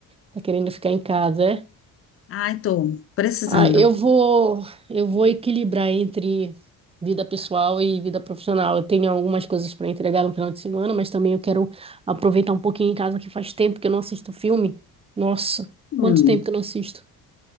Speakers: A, on the right; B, on the left.
A: tá querendo ficar em casa, é?
B: Ai, tô precisando.
A: Ah, eu vou, eu vou equilibrar entre vida pessoal e vida profissional. Eu tenho algumas coisas para entregar no final de semana, mas também eu quero aproveitar um pouquinho em casa que faz tempo que eu não assisto filme. Nossa,
B: Hum.
A: quanto tempo que eu não assisto?